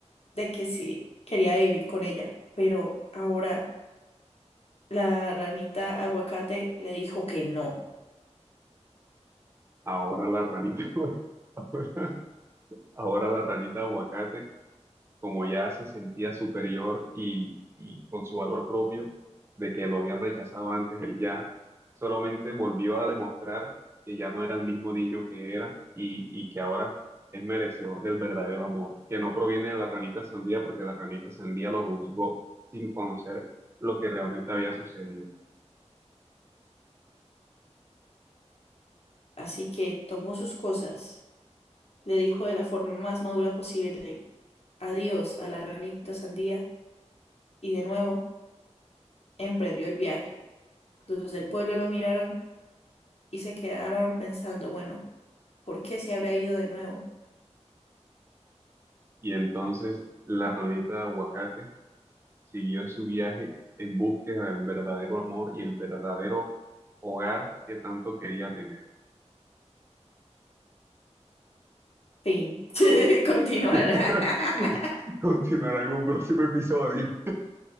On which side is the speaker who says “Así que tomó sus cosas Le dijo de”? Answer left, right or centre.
Left